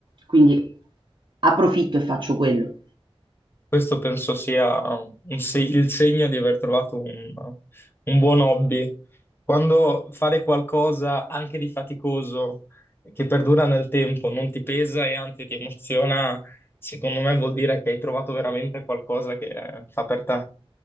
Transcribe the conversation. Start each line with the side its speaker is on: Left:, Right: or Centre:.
Right: Quindi approfitto e faccio quello.
Left: Questo penso sia un se- il segno di aver trovato un, un buon hobby. Quando fare qualcosa anche di faticoso, che perdura nel tempo, non ti pesa e anzi ti emoziona, secondo me vuol dire che hai trovato veramente qualcosa che eh, fa per te.